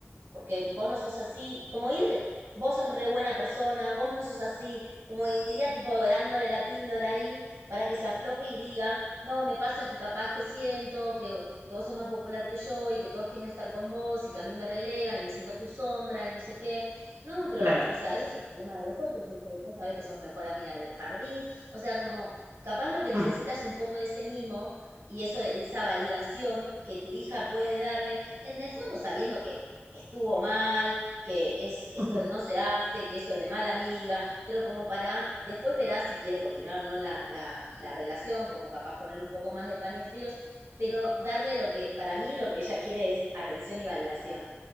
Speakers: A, on the right (about 90°); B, on the right (about 70°).
A: porque vos no sos así, como ir, de- vos sos re buena persona, vos no sos así, como iría tipo dorándole la píldora ahí para que se afloje y diga, no, me pasa que capaz que siento que, que vos sos más popular que yo y que todos quieren estar con vos y que a mí me relegan y me siento a tu sombra y no sé qué. No, pero,
B: Claro.
A: o sea, eso es un problema de los otros, yo soy- vos sabés que sos mi mejor amiga del jardín, o sea, como capaz lo que necesitas
B: Mm.
A: es un poco de ese mimo y eso, esa validación que tu hija puede darle, en el fondo sabiendo que estuvo mal, que es, esto
B: <laughs>
A: no se hace, que eso es de mala amiga, pero como para, después verá si quiere continuar o no la, la, la relación, como capaz ponerle un poco más de paños fríos, pero darle lo que, para mí lo que ella quiere es atención y validación.